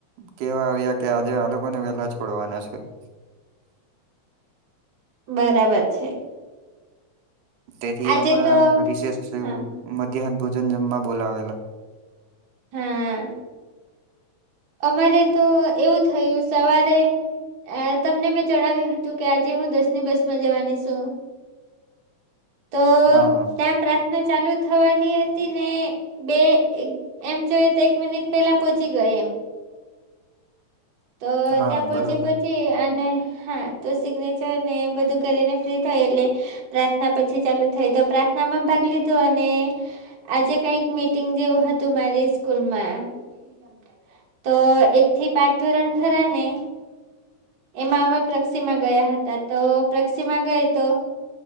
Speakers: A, on the right; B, on the right.
A: કેવા આવ્યા કે આજે આ લોકોને વેલા છોડવાના છે. <inaudible>
B: બરાબર છે.
A: તેથી
B: આજે
A: હમણાં
B: તો
A: રિષેશ સે
B: હા
A: એવું મધ્યાહન ભોજન જમવા બોલાવેલા
B: હા અમારે તો એવું થયું સવારે અ તમને મેં જણાવ્યું હતું કે આજે હું દસની બસમાં જવાની છું. તો
A: હા
B: ત્યાં પ્રાર્થના ચાલુ થવાની હતી ને બે એમ જોઈએ તો એક મિનિટ પેલા પહોંચી ગઈ એમ તો
A: હા
B: ત્યાં પોચી
A: બરાબર
B: પછી અને હા તો સિગ્નેચર ને બધું કરીને ફ્રી થાય એટલે પ્રાર્થના પછી ચાલુ થઈ તો પ્રાર્થનામાં ભાગ લીધો અને આજે કઈક મીટિંગ જેવું હતું મારી સ્કૂલમાં <inaudible> તો એક થી પાંચ ધોરણ ખરા ને એમાં અમે પ્રક્ષીમાં ગયા હતા તો પ્રક્ષીમાં ગઈ તો